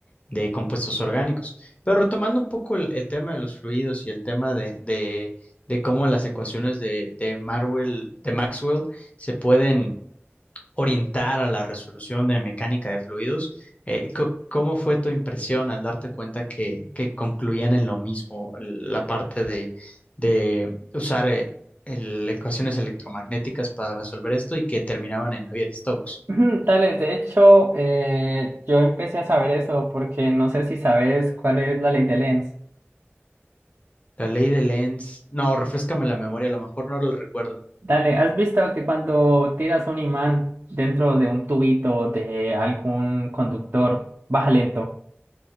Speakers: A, on the left; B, on the right.
A: de compuestos orgánicos. Pero retomando un poco el, el tema de los fluidos y el tema de, de, de cómo las ecuaciones de, de Marwell- de Maxwell se pueden orientar a la resolución de mecánica de fluidos, eh, co- ¿cómo fue tu impresión al darte cuenta que, que concluían en lo mismo la parte de, de usar eh, el- ecuaciones electromagnéticas para resolver esto y que terminaban en Navier-Stokes?
B: Ujú, Dale, de hecho, eh, yo empecé a saber eso porque no sé si sabes cuál es la ley de Lenz.
A: La ley de Lenz, no, refrescame la memoria, a lo mejor no lo recuerdo.
B: Dale, ¿has visto que cuando tiras un imán dentro de un tubito de algún conductor, baja lento?